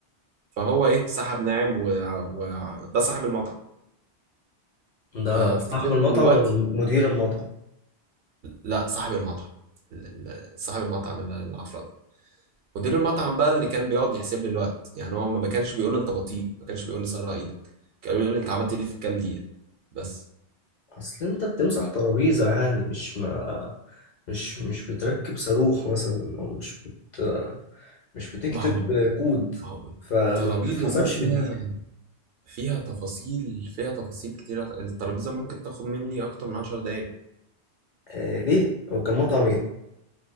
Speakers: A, on the right; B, on the left.
A: فهو ايه سحب ناعم وده و... و- ده صاحب المطعم
B: ده
A: فافتكرت
B: صاحب المطعم
A: دلوقتي
B: ولا مدير المطعم
A: لا صاحب المطعم ال- ال- صاحب المطعم ال- العفرت مدير المطعم بقى اللي كان بيقعد يحسب لي الوقت يعني هو ما كانش بيقول لي انت بطيء ما كانش بيقول لي سرع ايدك كان بيقول لي انت عملت دي في كام دقيقه بس
B: اصل انت بتمسح ترابيزة يعني مش ما مش مش بتركب صاروخ مثلا او مش بت مش بتكتب
A: ما هو
B: آه، كود
A: ما هو
B: فما
A: الترابيزة
B: بتتحسبش
A: دي فيها
B: بالدقيقة
A: فيها تفاصيل فيها تفاصيل كتيرة الترابيزة ممكن تاخد مني أكتر من عشر دقايق
B: آه ليه؟ هو كان مطعم ايه؟